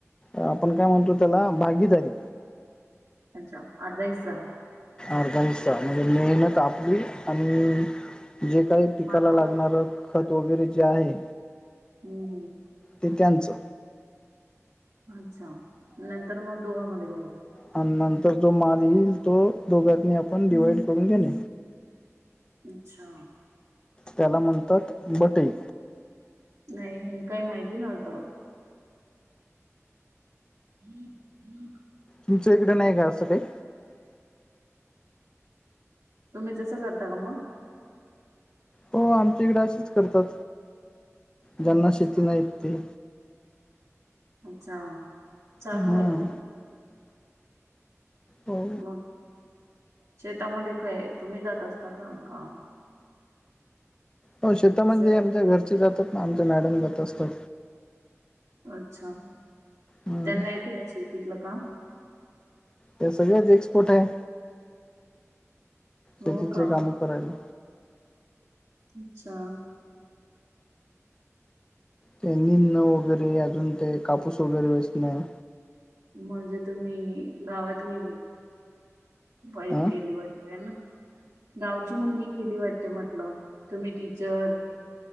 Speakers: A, on the left; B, on the right.
A: आपण काय म्हणतो त्याला भागीदारी.
B: अच्छा अर्धा हिसा.
A: अर्धा हिस्सा म्हणजे, मेहनत आपली आणि जे काही पिकाला
B: माल दोघांचा
A: लागणार खत वगैरे जे आहे
B: हम्म हम्
A: ते त्यांचं.
B: अच्छा नंतर मग दोघांमध्ये घ्यायचं.
A: आणि नंतर जो माल येईल तो दोघांनी आपण डिवाइड करून घेणे.
B: अच्छा
A: त्याला म्हणतात बटई.
B: नाही हे काही माहिती नव्हतं. हम्म हम्म.
A: तुमच्या इकडे नाही का असं काही?
B: तुम्ही जसं करता का मग?
A: हो आमच्या इकडे असच करतात ज्यांना
B: अच्छा
A: शेती नाहीत ते
B: अच्छा चांगलं
A: हम्म
B: आहे कि मग
A: हो
B: मग शेतामध्ये काय तुम्ही जात असता का? का
A: हो शेत म्हणजे
B: सोयाबीन
A: आमच्या घरची जातात ना आमच्या मॅडम जात असतात.
B: अच्छा
A: हम्म
B: त्यांना येते का शेतीला काम?
A: त्या सगळ्याच एक्सपर्ट आहे,
B: हो
A: शेतीतले
B: का
A: काम करायला
B: अच्छा
A: ते निदणं वगैरे, अजून ते कापूस वगैरे वेचणं
B: म्हणजे तुम्ही गावातली वाईफ
A: अ
B: केली वाटतं ना? गावची मुलगी केली वाटते म्हटलं, तुम्ही टीचर